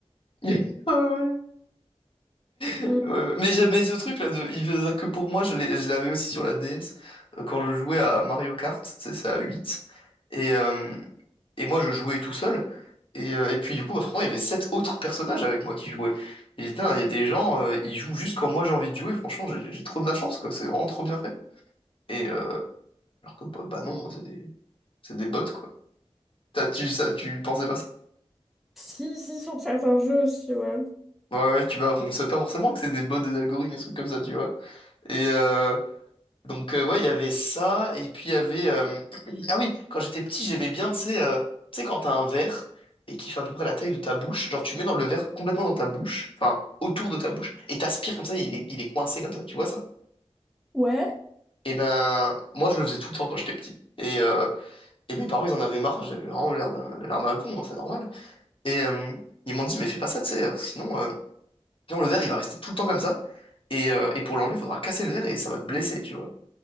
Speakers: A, on the left (about 55°); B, in the centre.
A: <laughs> Ah ouais. Ouais,
B: Mm.
A: ouais. Mais j'avais ce truc là de il faisait ça que pour moi, je l'ai- je l'avais aussi sur la DS euh, quand je jouais à Mario Kart, tu sais, c'est à 8 et euh, et moi je jouais tout seul et, euh, et puis du coup bah franchement, il y avait sept autres personnages avec moi qui jouaient. Et putain, il y a des gens euh, ils jouent juste quand moi j'ai envie de jouer, franchement, j'ai j'ai trop de la chance quoi, c'est vraiment trop bien fait. Et euh, alors que bah, bah non, c'est des c'est des bots quoi. T'as tu ça tu pensais pas ça?
B: Si, si, sur certains jeux aussi, ouais.
A: Ouais ouais, tu bah on sait pas forcément que c'est des bots des algorithmes des trucs comme ça, tu vois. Et euh, Donc euh, ouais, il y avait ça, et puis il y avait... euh, <clears throat> Ah oui, quand j'étais petit, j'aimais bien, tu sais, euh, tu sais, quand t'as un verre et qui fait à peu près la taille de ta bouche, genre tu mets dans le verre complètement dans ta bouche, enfin autour de ta bouche, et t'aspires comme ça, il est, il est coincé comme ça, tu vois ça?
B: Ouais.
A: Et ben, moi je le faisais tout le temps quand j'étais petit. Et, euh, et mes parents, ils en avaient marre, j'avais vraiment l'air d'un l'air d'un con, hein, c'est normal. Et euh, ils m'ont dit, mais fais pas ça, tu sais, euh, sinon, euh, sinon le verre, il va rester tout le temps comme ça, et, euh, et pour l'enlever, il faudra casser le verre et ça va te blesser, tu vois.